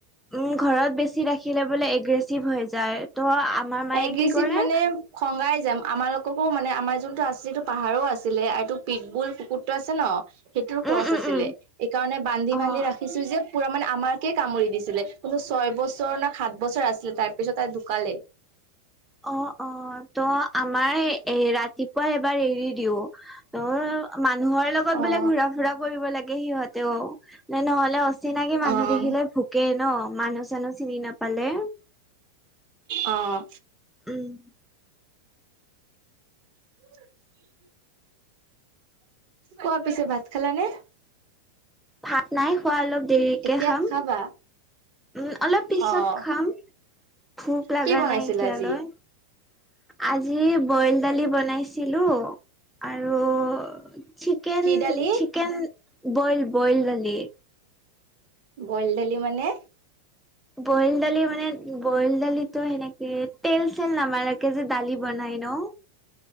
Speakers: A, in the centre; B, on the right (about 45°).
A: উম ঘৰত বেছি ৰাখিলে বোলে এগ্ৰেচিভ হৈ যায়। ত' আমাৰ মায়ে
B: এগ্ৰেচিভ
A: কি কৰে,
B: মানে খঙাই যাম, আমাৰালোককো মানে আমাৰ যোনটো আচিটো পাহাৰো আছিলে, এইটো পিটবুল কুকুৰটো আছে ন, সেইটোৰ
A: উম
B: কৰ্চ
A: উম
B: আছিলে,
A: উম
B: এইকাৰণে বান্ধি বান্ধি
A: অ
B: ৰাখ। কিছো যে পুৰা মানে আমাকে কামুৰি দিছিলে, কিন্তু ছয় বছৰ ন সাত বছৰ আছিল তাৰ পিছত তাই ঢোকালে।
A: অ অ ত আমাৰ এ ৰাতিপুৱাই এবাৰ এৰি দিও। ত মানুহৰ লগত
B: অ',
A: বোলে ঘূৰা ফুৰা কৰিব লাগে সিহঁতেও। নহলে অচিনাকি মানুহ
B: অ',
A: দেখিলে ভোকে ন মানুহ চানুহ চিনি নাপালে।
B: অঁ।
A: উম।
B: <inaudible> কোৱা পিছে ভাত খেলা নে?
A: ভাত নাইখোৱা অলপ দেৰিকে
B: এতিয়া
A: খাম।
B: খাবা?
A: উম অলপ পিছত
B: অ'।
A: খাম ভোক লগা
B: কি বনাইছিল
A: নাই এতিয়ালৈ।
B: আজি?
A: আজি বইল দালি বনাইছিলো। আৰু চিকেন
B: কি দালি?
A: চিকেন বইল বইল দালি।
B: বইল দালি মানে?
A: বইল দালি মানে বইল দালিটো সেনেক কে তেল চেল নামাৰাকে যে দালি বনাই ন